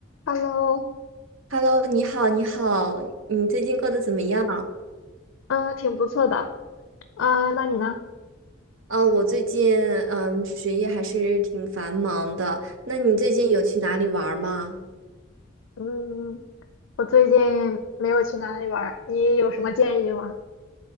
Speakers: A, on the left (about 80°); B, on the right (about 80°).
A: Hello，
B: Hello，你好，你好，你最近过得怎么样？
A: 嗯，挺不错的。啊，那你呢？
B: 啊，我最近嗯，学业还是挺繁忙的。那你最近有去哪里玩儿吗？
A: 嗯，我最近没有去哪里玩儿，你有什么建议吗？